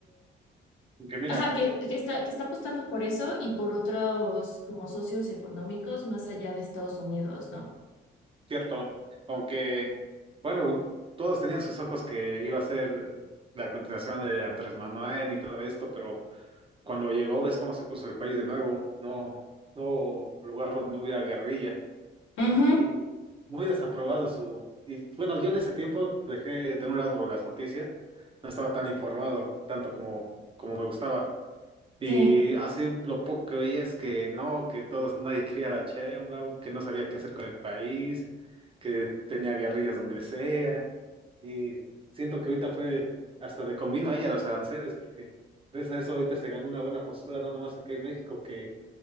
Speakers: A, on the right; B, on the left.
A: Aunque mira,
B: Ajá, que, que está, que está apostando por eso y por otros como socios económicos más allá de Estados Unidos, ¿no?
A: cierto, aunque, bueno, todos tenían sus ojos que iba a ser la continuación de Andrés Manuel y todo esto, pero cuando llegó, ves cómo se puso el país de nuevo, no, no lugar donde no hubiera guerrilla.
B: Ujú,
A: Y muy desaprobado su... Y bueno, yo en ese tiempo dejé de un lado las noticias, no estaba tan informado tanto como, como me gustaba.
B: Sí.
A: Y así lo poco que veía es que no, que todos, nadie quería a la Sheinbaum, que no sabía qué hacer con el país, que tenía guerrillas donde sea. Y siento que ahorita fue hasta de convino a ella los aranceles, porque gracias a eso ahorita se ganó una buena postura, no nomás aquí en México, que